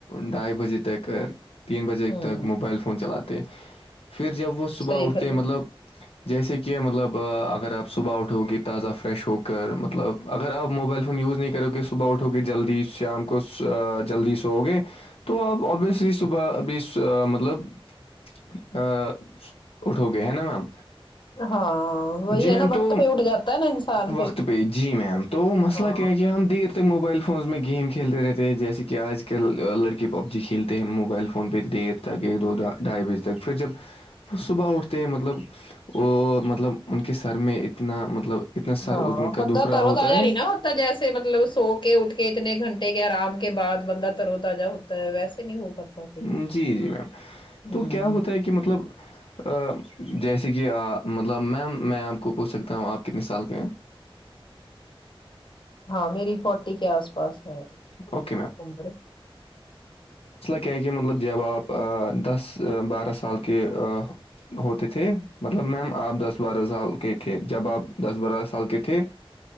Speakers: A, on the left (about 85°); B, on the left (about 55°).
A: ڈھائی بجے تیک تین بجے
B: ہوں
A: تک موبائل فون چلاتے پھر جب وہ صبح
B: صحیح
A: اٹھتے
B: فرمایا
A: مطلب جیسے کہ مطلب اگر آپ صبح اٹھو گی تازہ فریش ہو کر مطلب اگر آپ موبائل فون یوز نہیں کروکے صبح اٹھو گے جلدی شام کو جلدی سو گے تو آپ ابوسلی صبح ابھی مطلب <unintelligible> ا اٹھو گے ہے نا میم
B: ہاں وہی
A: جی میم
B: ہے نا وقت
A: تو
B: پہ اٹھ جاتا ہے نا انسان
A: وقت
B: پھر
A: پہ جی میم تو مسئلہ
B: ہاں
A: کیا ہے کہ ہم دیر تے موبائل فونز میں گیم کھیلتے رہتے ہیں جیسے کہ آج کل لڑکے پب جی کھیلتے ہیں موبائل فون پہ دھ تک ایک دو ڈھائی بجے تک پھر جب وہ صبح اٹھتے ہیں مطلب وہ مطلب ان کے سر میں اتنا مطلب اتنا سر
B: ہاں
A: ان کا
B: بند
A: دکھ رہا
B: تروں
A: ہوتا
B: ت آ جانی
A: ہے
B: نا <unintelligible> جیسے مطلب سو کے اٹھ کے اتنے گھنٹے کے آرام کے بعد بندہ ترو تجہ ہوتا ہے ویسے نہیں ہو پاتا پھر
A: جی جی میم
B: ہوں
A: تو کیا ہوتا ہے کہ مطلب <unintelligible> جیسے کہ مطلب میم میں آپ کو پوچھ سکتا ہوں آپ کتنے سال کے ہیں
B: ہاں میری فورٹی کے آس پاس ہےر
A: اوکے میم
B: ہ
A: کہ کہ مطلب جب آپ دس بارہ سال کے ہوتے تھے مطلب میم آپ دس بارہ سال کے تھے جب آپ دس بارہ سال کے تھے